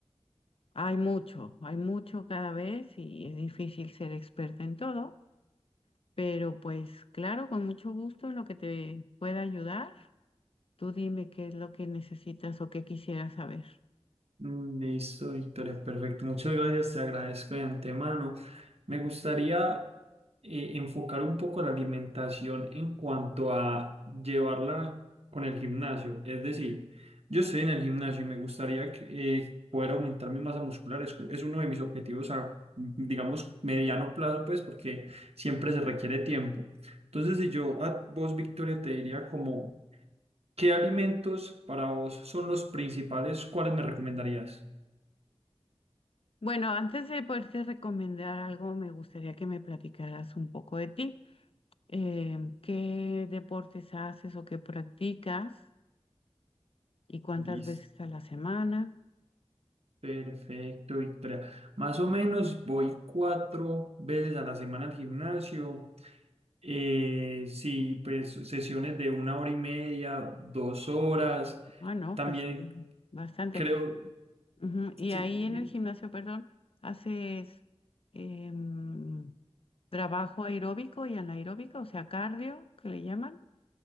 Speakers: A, on the left; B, on the right.
A: hay mucho, hay mucho cada vez y es difícil ser experta en todo, pero pues claro, con mucho gusto en lo que te pueda ayudar. Tú dime qué es lo que necesitas o qué quisieras saber.
B: Mm, Listo, Victoria, perfecto. Muchas gracias, te agradezco de antemano. Me gustaría eh, enfocar un poco la alimentación en cuanto a llevarla con el gimnasio. Es decir, yo estoy en el gimnasio y me gustaría que, eh, poder aumentar mi masa muscular. Es, es uno de mis objetivos a, mm, digamos, mediano plazo, pues, porque siempre se requiere tiempo. Entonces, si yo a vos, Victoria, te diría como, ¿qué alimentos para vos son los principales? ¿Cuáles me recomendarías?
A: Bueno, antes de poderte recomendar algo, me gustaría que me platicaras un poco de ti. eh, qué deportes haces o qué practicas y cuántas
B: Listo,
A: veces a la semana.
B: perfecto, Victoria. Más o menos voy cuatro veces a la semana al gimnasio. Eh, sí, pues sesiones de una hora y media, dos horas.
A: Ah, no,
B: También
A: pues sí, bastante.
B: creo,
A: Ujú, Y
B: sí,
A: ahí en el gimnasio, perdón, haces em, trabajo aeróbico y anaeróbico, o sea, cardio, que le llaman.